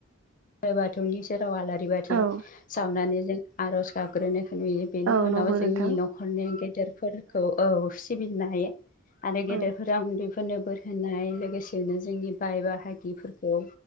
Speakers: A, on the left; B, on the right.
A: बोराइ बाथौनि सेराव आलारि बाथि
B: औ औ
A: सावनानै जों आर'ज गाबग्रोनो। नुयो बेनि
B: औ
A: उनाव
B: नंगौ नोंथां
A: जोंनि न'खरनि गेदेरफोरखौ औ सिबिनाय आरो
B: औ
A: गेदेरफोराव उन्दैफोरनो बोर होनाय लोगोसेनो जोंनि बाय बाहागि हिफोरखौ